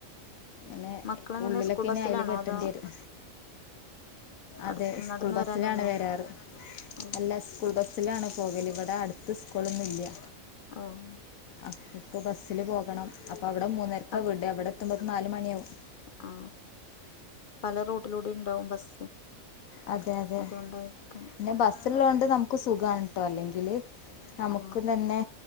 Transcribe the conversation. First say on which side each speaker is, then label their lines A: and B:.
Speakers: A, on the left; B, on the left.
A: അങ്ങനെ
B: മക്കളെങ്ങനെ
A: ഉള്ളിലൊക്കെ
B: സ്കൂൾ ബസ്സിലാണോ
A: ഇനി അയില് കെട്ടേണ്ടി
B: അതോ
A: വരും അതെ
B: അടുത്ത്
A: സ്കൂൾ
B: നടന്ന്
A: ബസ്സിലാണ്
B: വരാനുള്ളോ
A: വരാറ്
B: ഓ
A: അല്ല സ്കൂൾ ബസ്സിലാണ് പോകല് ഇ വട അടുത്ത് സ്കൂളൊന്നും ഇല്ല്യ
B: ഓഹ്
A: അപ്പിപ്പ ബസ്സില് പോകണം അപ്പ അവിടെ മൂന്നെരക്കാ
B: അപ്
A: വിടാ ഇവിടെത്തുമ്പത്ത് നാല് മണിയാവും.
B: ആ പല റൂട്ടിലൂടേം ഇണ്ടാവും ബസ്സ്.
A: അതെ അതെ
B: അതുകൊണ്ടായിരിക്കും
A: പിന്നെ ബസ്സിള്ളോണ്ട് നമുക്ക് സുഖാണ് ട്ടോ അല്ലെങ്കില് നമുക്ക്
B: ആ
A: പിന്നെ